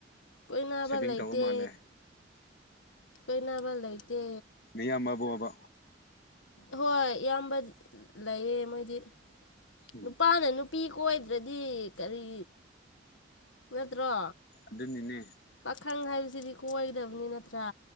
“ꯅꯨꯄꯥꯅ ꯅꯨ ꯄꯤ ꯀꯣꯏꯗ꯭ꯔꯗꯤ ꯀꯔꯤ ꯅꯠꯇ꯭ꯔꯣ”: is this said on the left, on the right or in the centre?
Left